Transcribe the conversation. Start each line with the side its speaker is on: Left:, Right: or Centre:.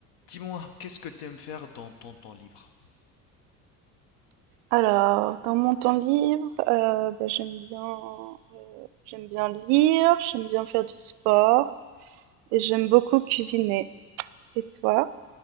Left: Dis-moi, qu'est-ce que tu aimes faire dans ton temps libre?
Right: Alors, dans mon temps libre, euh, bah, j'aime bien, euh, j'aime bien lire, j'aime bien faire du sport et j'aime beaucoup cuisiner. Et toi?